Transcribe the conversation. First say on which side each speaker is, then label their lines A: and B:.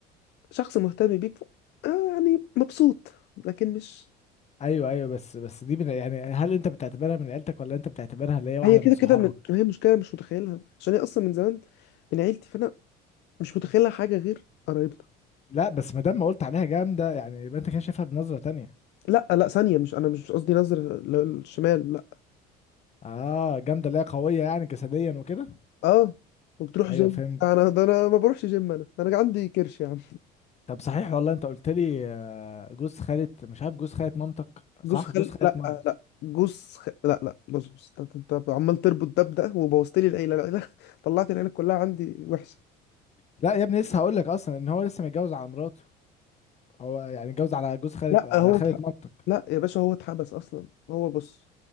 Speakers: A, on the left; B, on the left.
A: شخص مهتم بيك ف... آه يعني مبسوط لكن مش
B: ايوه ايوه بس بس دي من يعني هل انت بتعتبرها من عيلتك ولا انت بتعتبرها اللي هي واحده
A: هي كده
B: من صحابك
A: كده من... هي مشكله مش متخيلها عشان هي اصلا من زمان من عيلتي فانا مش متخيلها حاجه غير قرايبنا
B: لا بس ما دام ما قلت عليها جامده يعني يبقى انت كده شايفها بنظره تانية
A: لا لا ثانية مش أنا مش قصدي نظر للشمال لا
B: اه جامده اللي هي قويه يعني جسديا وكده
A: أه وبتروح
B: ايوه
A: جيم
B: فهمت
A: لا، أنا ده أنا ما بروحش جيم أنا أنا عندي كرش يا عم
B: طب صحيح والله انت قلت لي آه، جوز خالة مش عارف جوز خالة مامتك
A: جوز
B: صح
A: خل
B: جوز خالة
A: لا
B: مامتك
A: آه، لا جوز خ... لا لا بص بص أنت أنت- أنت عمال تربط ده بده وبوظت لي العيلة لا لا <laughs> طلعت العيلة كلها عندي وحشة
B: لا يا ابني لسه هقول لك اصلا ان هو لسه متجوز على مراته هو يعني اتجوز على جوز خالة
A: لا
B: على
A: هو
B: خالة
A: اتح...
B: مامتك
A: لا يا باشا هو اتحبس أصلا هو بص